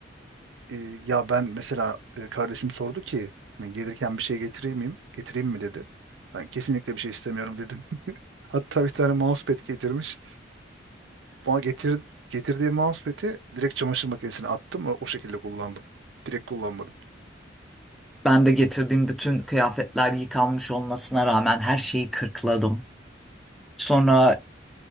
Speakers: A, on the right; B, in the centre.
A: e, ya ben mesela e, kardeşim sordu ki hani gelirken bir şey getireyim miyim? Getireyim mi dedi. Ben kesinlikle bir şey istemiyorum dedim. <laughs> Hatta bir tane mousepad getirmiş. Bana getir, getirdiği mousepad'i direkt çamaşır makinesine attım. O, o şekilde kullandım. Direkt kullanmadım.
B: Ben de getirdiğim bütün kıyafetler yıkanmış olmasına rağmen her şeyi kırkladım. Sonra